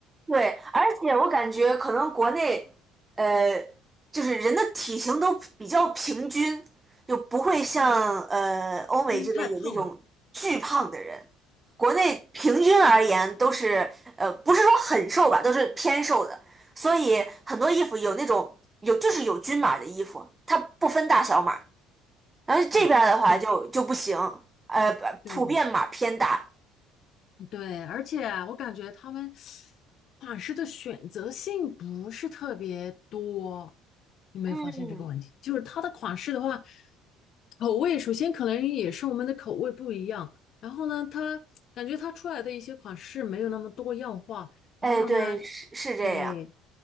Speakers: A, on the right (about 20°); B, on the left (about 55°).
A: 对，而且我感觉可能国内，呃，就是人的体型都比较平均，就不会像呃欧美这边有那种巨胖的人。
B: <laughs> 因为太胖
A: 国内平均而言都是呃不是说很瘦吧，都是偏瘦的，所以很多衣服有那种有就是有均码的衣服，它不分大小码。然后这边儿的话就就不行，
B: 嗯，是，
A: 呃，
B: 对，
A: 普遍码偏大。
B: 对，而且我感觉他们款式的选择性不是特别多，有没有发现这个问题？
A: 嗯，
B: 就是它的款式的话，口味首先可能也是我们的口味不一样，然后呢，它感觉它出来的一些款式没有那么多样化，
A: 哎，
B: 然后呢，
A: 对，是是这样。
B: 对